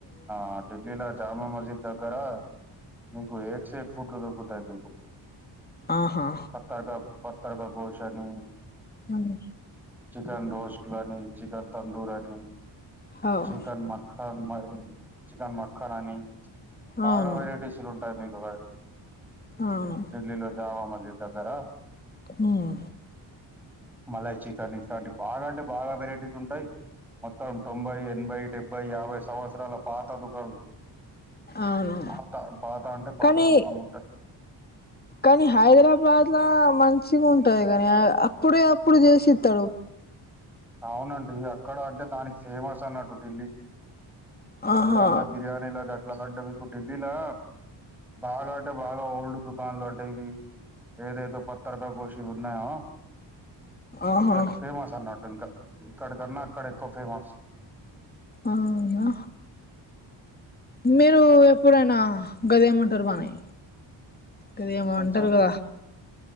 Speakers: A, in the centre; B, on the left.
A: ఆ ఢిల్లీలో జామా మస్జిద్ దగ్గర మీకు ఏక్ సేక్ ఫుడ్లు తగ్గుతాయి మీకు
B: ఆహా
A: పత్త పత్తర్ కాక ఘోష్ అని
B: అవును
A: చికెన్ రోస్ట్లని చికెన్ తందూరని
B: అవును
A: చికెన్ మక్కన్ మ చికెన్ మక్కన్ అని చాలా
B: అవును
A: వెరైటీస్లు ఉంటాయి మీకు ఒక
B: అవును
A: ఢిల్లీలో జామా మస్జిద్ దగ్గర
B: హ్మ్
A: మలయి చికెన్ ఇట్లాంటి బాగా అంటే బాగా వెరైటీస్ ఉంటాయి మొత్తం తొంభై ఎనభై డెబ్బై యాభై సంవత్సరాల పాత దుకాం లు
B: అవును
A: పాత పాత అంటే పాత
B: కానీ
A: దుకాం ఉంటది
B: కానీ హైదరాబాద్లా మంచిగా ఉంటాది కానీ అప్పుడే అప్పుడు చేసిత్తడు
A: అవునండి అక్కడ అంటే దానికి ఫేమస్ అన్నట్టు ఢిల్లీ
B: ఆహా
A: హైదరాబాద్ బిర్యానీ లా అట్లా అంట మీకు ఢిల్లీలా బాగా అంటే బాగా ఓల్డ్ దుకాన్లు అంటే ఇవి ఏదైతే పత్తర్ కా ఘోష్ ఇవి ఉన్నాయో
B: ఆహా
A: అటు ఫేమస్ అన్నట్టు ఇంకా ఇక్కడికన్నా అక్కడ ఎక్కువ ఫేమస్
B: అవునా మీరు
A: సార్
B: ఇప్పుడైనా గది ఏమంటారు బానే గది ఏమంటారు
A: ఏం సార్
B: కదా